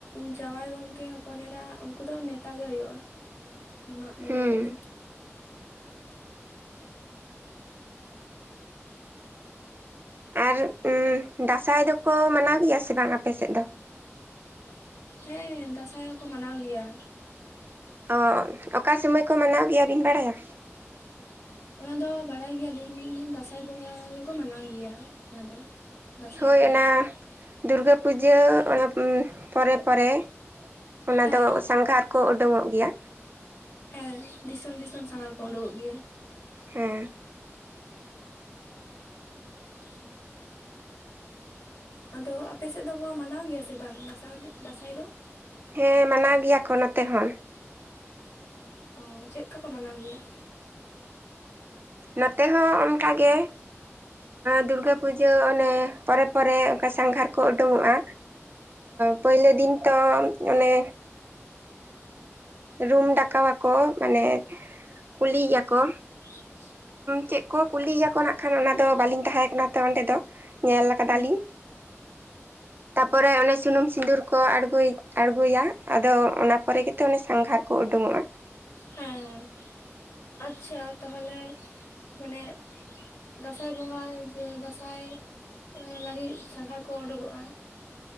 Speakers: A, on the left; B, on the right.
A: ᱡᱟᱶᱟᱭ ᱜᱚᱝᱠᱮ ᱦᱚᱯᱚᱱ ᱮᱨᱟ, ᱩᱱᱠᱩ ᱫᱚ ᱱᱮᱛᱟ ᱜᱮ ᱦᱳᱭᱳᱜᱼᱟ᱾ ᱢᱟᱜ ᱢᱚᱬᱮ
B: ᱦᱩᱸ
A: ᱨᱮᱫᱚ᱾
B: ᱟᱨ ᱩᱸ ᱫᱟᱸᱥᱟᱭ ᱫᱚᱠᱚ, ᱢᱟᱱᱟᱣ ᱜᱮᱭᱟ ᱵᱟᱝ, ᱟᱯᱮ ᱥᱮᱫ ᱫᱚ?
A: ᱦᱮᱸ ᱫᱟᱸᱥᱟᱭ ᱦᱚᱸᱠᱚ, ᱢᱟᱱᱟᱣ ᱜᱮᱭᱟ᱾
B: ᱚ, ᱚᱠᱟ ᱥᱚᱢᱚᱭ ᱠᱚ ᱢᱟᱱᱟᱣ ᱜᱮᱭᱟ, ᱵᱤᱱ ᱵᱟᱲᱟᱭᱟ?
A: ᱚᱱᱟ ᱫᱚ ᱵᱟᱲᱟᱭ ᱜᱮᱭᱟᱞᱤᱧ, ᱫᱟᱸᱥᱟᱭ ᱵᱚᱸᱜᱟ ᱜᱮᱠᱚ, ᱢᱟᱱᱟᱣ ᱜᱮᱭᱟ ᱚᱱᱟ ᱫᱚ᱾ ᱫᱟᱸᱥᱟᱭ
B: ᱦᱳᱭ
A: ᱯᱚᱨᱚᱵᱽ
B: ᱚᱱᱟ
A: ᱫᱚ
B: ᱫᱩᱨᱜᱟᱹ ᱯᱩᱡᱟᱹ, ᱚᱱᱟ ᱯᱚᱨᱮ ᱯᱚᱨᱮ᱾ ᱚᱱᱟ
A: ᱦᱮᱸ
B: ᱫᱚ ᱥᱟᱸᱜᱷᱟᱨ ᱠᱚ, ᱳᱰᱝᱚᱜ ᱜᱮᱭᱟ᱾
A: ᱦᱮᱸ ᱫᱤᱥᱚᱢ ᱫᱤᱥᱚᱢ ᱥᱟᱸᱜᱷᱟᱨ ᱠᱚ ᱳᱰᱳᱠᱚᱜ ᱜᱮᱭᱟ᱾
B: ᱦᱮᱸ,
A: <inaudible> <inaudible> ᱟᱫᱚ ᱟᱯᱮ ᱥᱮᱫ ᱫᱚᱠᱚ ᱢᱟᱱᱟᱣ ᱜᱮᱭᱟ ᱥᱮ ᱵᱟᱝ ᱫᱟᱸᱥᱟᱭ, ᱫᱟᱸᱥᱟᱭ ᱫᱚ?
B: ᱦᱮᱸ ᱢᱟᱱᱟᱣ ᱜᱮᱭᱟ ᱠᱚ ᱱᱚᱛᱮ ᱦᱚᱸ᱾
A: ᱚᱻ ᱪᱮᱫᱠᱟ ᱠᱚ ᱢᱟᱱᱟᱣ ᱜᱮᱭᱟ?
B: ᱱᱚᱛᱮ ᱦᱚᱸ ᱚᱱᱠᱟᱜᱮ ᱫᱩᱨᱜᱟᱹ ᱯᱩᱡᱟᱹ ᱚᱱᱮ ᱯᱚᱨᱮ ᱯᱚᱨᱮ ᱚᱱᱠᱟ ᱥᱟᱸᱜᱷᱟᱨ ᱠᱚ ᱩᱰᱩᱠᱚᱜᱼᱟ᱾ ᱯᱳᱭᱞᱳ ᱫᱤᱱ ᱛᱚ ᱚᱱᱮ ᱨᱩᱢ ᱰᱟᱠᱟᱣᱟᱠᱚ ᱢᱟᱱᱮ ᱠᱩᱞᱤᱭᱮ ᱟᱠᱚ
A: <unintelligible>
B: ᱪᱮᱫ ᱠᱚ ᱠᱩᱞᱤᱭᱮᱭᱟᱠᱚ ᱱᱟᱜ ᱠᱷᱟᱱ ᱚᱱᱟ ᱫᱚ ᱵᱟᱹᱞᱤᱧ ᱛᱟᱦᱮᱸ ᱠᱟᱱᱟ ᱛᱚ ᱚᱸᱰᱮ ᱫᱚ ᱧᱮᱞ ᱠᱟᱫᱟᱞᱤᱧ
A: ᱦᱩᱸ ᱦᱮᱸ
B: ᱯᱚᱨᱮ ᱚᱱᱮ ᱥᱩᱱᱩᱢ ᱥᱤᱸᱫᱩᱨ ᱠᱚ ᱟᱬᱜᱳᱭᱟ, ᱟᱬᱜᱚᱭᱟ ᱟᱫᱚ ᱚᱱᱟ ᱯᱚᱨᱮ ᱜᱮ ᱛᱚ ᱚᱱᱮ ᱥᱟᱸᱜᱷᱟᱨ ᱠᱚ ᱩᱰᱩᱠᱚᱜᱼᱟ᱾
A: ᱦᱮᱸ ᱟᱪᱪᱷᱟ ᱛᱟᱦᱚᱞᱮ ᱢᱟᱱᱮ ᱫᱟᱸᱥᱟᱭ ᱵᱚᱸᱜᱟ ᱡᱮ ᱫᱟᱸᱥᱟᱭ ᱞᱟᱹᱜᱤᱫ ᱥᱟᱸᱜᱷᱟᱨ ᱠᱚ ᱩᱰᱩᱠᱚᱜᱼᱟ